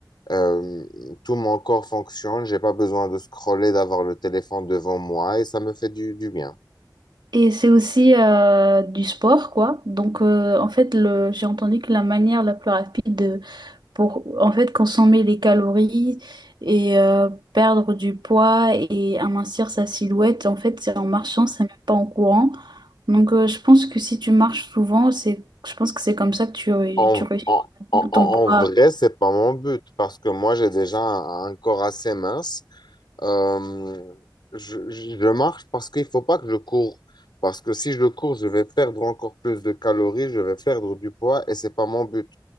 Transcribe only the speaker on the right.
Et c'est aussi euh, du sport, quoi. Donc, euh, en fait, le... j'ai entendu que la manière la plus rapide pour en fait consommer des calories et euh, perdre du poids et amincir sa silhouette. En fait, c'est en marchant, c'est même pas en courant. Donc, euh, je pense que si tu marches souvent, c'est, je pense que c'est comme ça que tu,
tu réussis
ton poids.